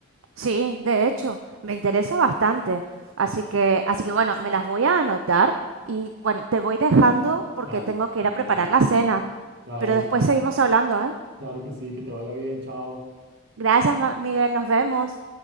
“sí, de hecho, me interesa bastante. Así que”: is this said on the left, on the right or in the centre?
Right